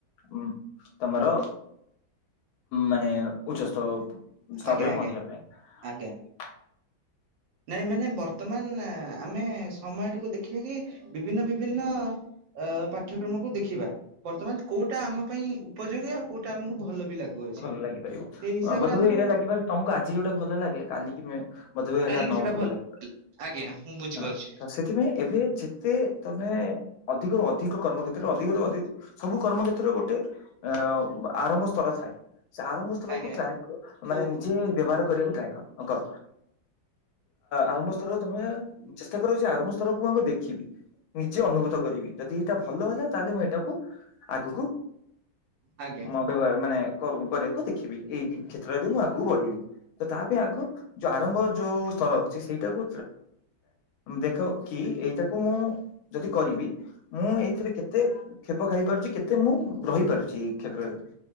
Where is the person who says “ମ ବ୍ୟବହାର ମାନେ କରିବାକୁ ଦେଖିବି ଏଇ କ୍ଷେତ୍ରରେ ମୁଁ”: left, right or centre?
Left